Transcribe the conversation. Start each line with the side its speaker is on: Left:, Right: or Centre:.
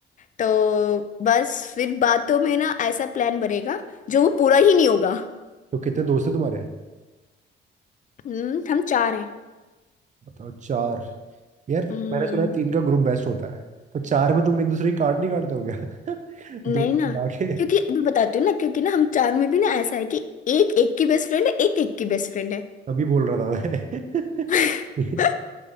Left: तो बस फिर बातों में ना ऐसा प्लान बनेगा जो वो पूरा ही नहीं होगा
Right: तो कितने दोस्त हैं तुम्हारे
Left: हम्म, हम चार हैं
Right: बताओ चार यार
Left: हम्म
Right: मैंने सुना है तीन का ग्रुप बेस्ट होता है तो चार में तुम एक दूसरे की काट नहीं काटते हो क्या <laughs>
Left: नहीं
Right: दो दो
Left: ना
Right: मिला के
Left: क्योंकि मैं बताती हूँ ना क्योंकि ना हम चार में भी ना ऐसा है कि एक एक की बेस्ट फ्रेंड है एक एक की बेस्ट फ्रेंड है
Right: तभी बोल रहा था मैं
Left: <laughs>
Right: <laughs>